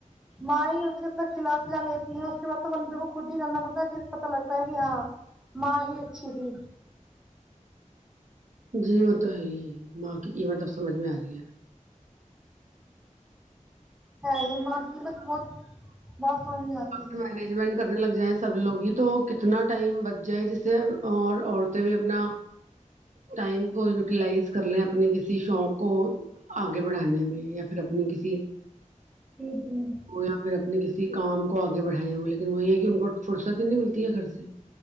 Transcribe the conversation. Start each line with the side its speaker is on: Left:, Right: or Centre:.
Centre: مائیں ہی ہو یا پھر کلھا پلا لے تی <unintelligible> اس کے بعد تو بندے کو خود ہی کرنا پڑتا ہے پھر پتا لگتا ہے کہ ہاں ماں ہی جی
Right: جی وہ تو ہے ہی ماں کی قیمت اب سمجھ میں آ رہی ہے
Centre: نہیں وہاں قیمت بہت بہت سمجھ میں آتی ہے
Right: م مجمٹ <unintelligible> کرنے لگ جائیں سب لوگ ہی تو کتنا ٹائم بچ جائے جس سے اور عورتیں بھی اپنا ٹائم کو یوٹیلائز کر لیں اپنے کسی شوق کو آگے بڑھانے میں یا پھر اپنی <unintelligible> کسی
Centre: جی جی
Right: یا پھر اپنی کسی کسی کام کو آگے بڑھائے وہ لیکن وہ یہ ہے کہ ان کو فرصت ہی نہیں ملتی ہے گھر سے